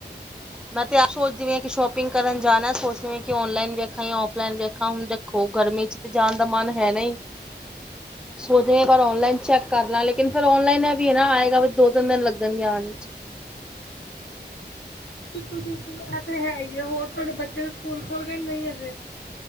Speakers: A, in the centre; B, on the left.
A: ਮੈਂ ਤੇ ਆਪ ਸੋਚਦੀ ਪਈ ਹਾਂ, ਕਿ ਸ਼ੋਪਿੰਗ ਕਰਨ ਜਾਣਾ ਸੋਚਦੀ ਪਿ ਹਾਂ, ਕਿ ਔਨਲਾਈਨ ਵੇਖਾ ਜਾਂ ਔਫਲਾਈਨ ਵੇਖਾ ਹੁਣ ਦੇ- ਖੋ ਗਰਮੀ 'ਚ ਤੇ ਜਾਣ ਦਾ ਮਨ ਹੈ ਨਹੀਂ।
B: ਆਹ।
A: ਸੋਚਦ ਪਿ ਆ ਇਕ ਵਾਰ ਔਨਲਾਈਨ ਚੈੱਕ ਕਰ ਲਾਂ ਲੇਕਿਨ ਫੇਰ ਔਨਲਾਈਨ ਐਵੀ ਹੈ ਨਾ ਆਏਗਾ ਵੀ ਦੋ- ਤਿੰਨ ਦਿਨ ਲੱਗਣ ਗੇ ਆਣ ਵਿਚ।
B: ਬਿਲਕੁਲ- ਬਿਲਕੁਲ ਐ ਤੇ ਹੈ ਹੀ ਹੈ, ਹੋਰ ਤੁਹਾਡੇ ਬੱਚੇ ਵੀ ਸਕੂਲ ਖੁਲ ਗਏ ਨੀ ਅਜੇ।